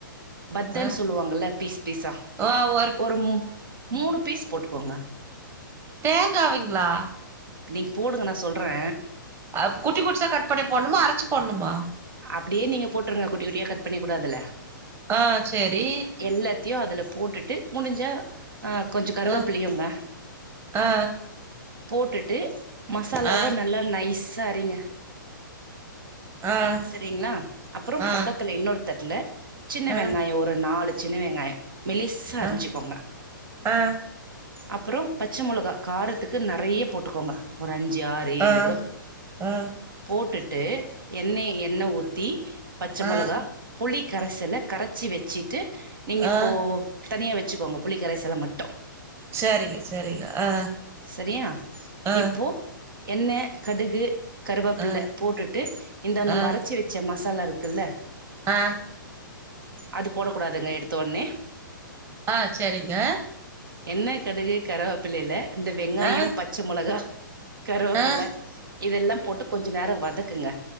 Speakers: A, on the right; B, on the right.
A: பத்தன்னு
B: ஆ ஆ
A: சொல்லுவாங்கள்ல பீஸ் பீஸா
B: ஆ ஒ
A: ஒரு மூ மூணு பீஸ் போட்டுக்கோங்க
B: தேங்காவைங்ளா
A: நீங் போடுங்க நா சொல்றே
B: அ குட்டி குட்டியா கட் பண்ணி போட்ணுமா அரச்சு போட்ணுமா
A: அப்டியே நீங்க போட்ருங்க குட்டி குட்டியா கட் பண்ணிக் கூட அதுல
B: ஆ சரி
A: எல்லாத்தையு அதுல போட்டுட்டு முடிஞ்ச அ கொஞ்ச கருவேப்பிள்ளயுங்க
B: ஆ ஆ
A: போட்டுட்டு மசாலாவ
B: ஆ
A: நல்லா நைஸா அறிங்க
B: ஆ
A: சரிங்களா அப்புறோ
B: ஆ
A: பக்கத்துல இன்னொரு தட்டுல சின்ன
B: ஆ
A: வெங்காயொ ஒரு நாலு சின்ன வெங்காயொ மெலிசா அரிஞ்சுக்கோங்க
B: ஆ ஆ
A: அப்புறோ பச்ச மொளகா காரத்துக்கு நறைய போட்டுக்கோங்க ஒரு அஞ்சு ஆறு ஏழு
B: ஆ
A: கூட
B: ஆ
A: போட்டுட்டு எண்ணெய் எண்ண ஊத்தி பச்ச மொளகா
B: ஆ
A: புளி கரசல கரச்சி வெச்சிட்டு நீங்க
B: ஆ
A: இப்போ தனியா வெச்சுக்கோங்க புளி கரச்சத மட்டு
B: சரிங்க சரிங்க ஆ
A: சரியா
B: ஆ
A: இப்போ எண்ண கடுகு கருவேப்பில்ல
B: ஆ
A: போட்டுட்டு இந்த நம்ம
B: ஆ
A: அரச்சு வெச்ச மசாலா இருக்குல்ல
B: ஆ
A: அது போட கூடாதுங்க எடுத்த உட்னே
B: ஆ சரிங்க
A: எண்ண கடுகு கருவேப்பிள்லையில இந்த வெங்காயொ
B: ஆ
A: பச்ச மொளகா கருவேப்பிள்ள
B: ஆ ஆ
A: இதெல்லா போட்டு கொஞ் ச நேர வதக்குங்க